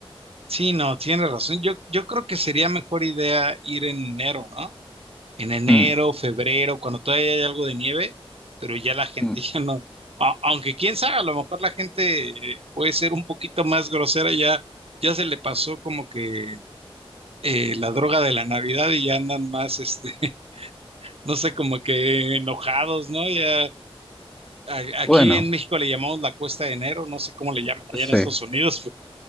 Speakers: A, on the right; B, in the centre.
A: Sí, no, tienes razón. Yo, yo creo que sería mejor idea ir en enero, ¿no? En enero,
B: Mm,
A: febrero, cuando todavía hay algo de nieve, pero ya la gente
B: mm.
A: <laughs> ya no. a- aunque quién sabe, a lo mejor la gente eh, puede ser un poquito más grosera, ya, ya se le pasó como que eh, la droga de la Navidad y ya andan más, este, <laughs> no sé, como que enojados, ¿no? Ya a- aquí
B: Bueno,
A: en México le llamamos la cuesta de enero, no sé cómo le llaman allá
B: sí,
A: en Estados Unidos,